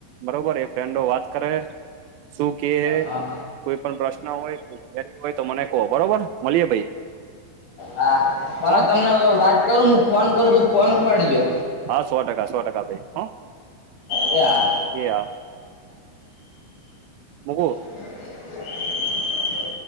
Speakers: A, on the right; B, on the left.
A: બરોબર. ફેન્ડો વાત કરે, શું કે હે?
B: હા
A: કોઈ પણ પ્રશ્ન હોય કોઈ હોય, તો મને કહો? બરોબર. મળીએ ભાઈ.
B: હા, હવે
A: હ
B: તમને વાત કરું. હું ફોન કરું,
A: હા
B: તો ફોન ઉપાડજો.
A: હા, સો ટકા સો, ટકા ભાઈ હા.
B: એ હા
A: એયા મુગો?
B: <inaudible>